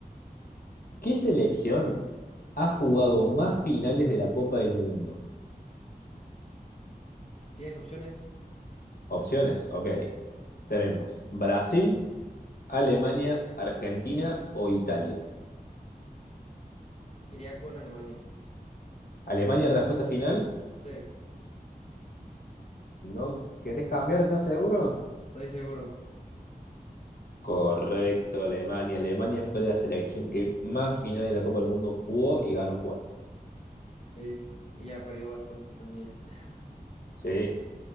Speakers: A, on the left; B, on the left.
A: ¿Qué selección ha jugado más finales de la Copa del Mundo?
B: ¿Tienes opciones?
A: Opciones, ok. Tenemos Brasil, Alemania, Argentina o Italia.
B: Iría con Alemania.
A: Alemania, respuesta final.
B: Sí,
A: ¿No querés cambiar? ¿Estás seguro?
B: estoy seguro.
A: Correcto, Alemania. Alemania fue la selección que más final de la Copa del Mundo jugó y ganó cuatro.
B: Sí, y ya perdió bastantes también. <laughs>
A: Sí,